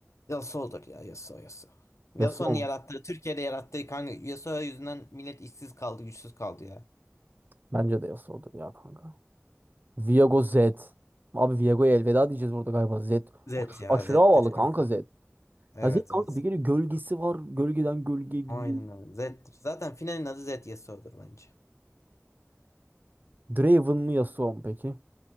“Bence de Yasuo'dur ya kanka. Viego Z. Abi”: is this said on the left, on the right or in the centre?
Right